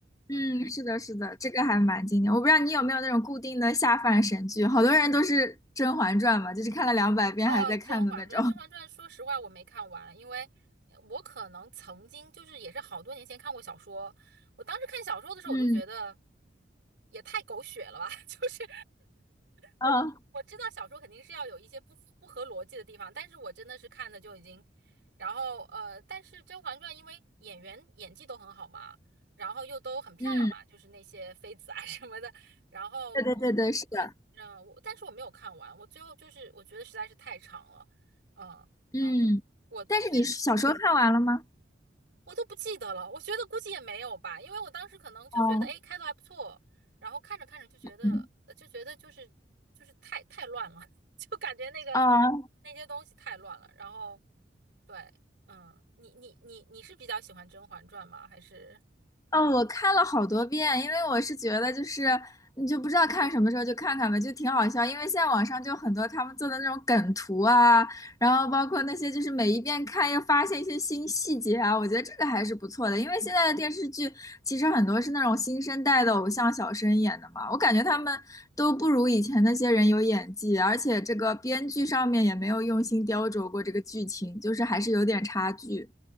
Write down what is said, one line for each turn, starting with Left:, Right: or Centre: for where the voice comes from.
Right: 嗯。
Left: 嗯，是的，是的，这个还蛮经典。我不知道你有没有那种固定的下饭神剧，好多人都是《甄嬛传》嘛，就是看了两百遍还在看的那种。
Right: 哦，《甄嬛传》，
Left: <laughs>
Right: 《甄嬛传》说实话我没看完，因为呃我可能曾经就是也是好多年前看过小说，我当时看小说的时候我就觉得
Left: 嗯，
Right: 也太狗血了吧，<laughs> 就是我我我知道小说肯定是要有一些不不合逻辑的地方，
Left: 嗯，
Right: 但是我真的是看的就已经，然后呃，但是《甄嬛传》因为演员演技都很好嘛，然后又都很漂亮嘛，
Left: 嗯
Right: 就是那些妃子啊 <laughs> 什么的，然后我对，
Left: 对对对对，是的。
Right: 嗯，我但是我没有看完，我最后就是我觉得实在是太长了，嗯，
Left: 嗯，
Right: 然后就我最
Left: 但是你小时候看完了吗？
Right: 我都不记得了，我觉得估计也没有吧，因为我当时可能就觉得，
Left: 哦，
Right: 哎，开头还不错，然后看着看着就觉得，
Left: 嗯
Right: 呃就觉得就是就是太太乱了，<laughs> 就感觉那个
Left: 哦，
Right: 那些东西太乱了，然后对，嗯，你你你你是比较喜欢《甄嬛传》吗？还是？
Left: 嗯，我看了好多遍，因为我是觉得就是你就不知道看什么时候就看看吧，就挺好笑。因为现在网上就很多他们做的那种梗图啊，然后包括那些就是每一遍看又发现一些新细节啊，我觉得这个还是不错的。因为现在的电视剧其实很多是那种新生代的偶像小生演的嘛，我感觉他们都不如以前那些人有演技，而且这个编剧上面也没有用心雕琢过这个剧情，就是还是有点差距。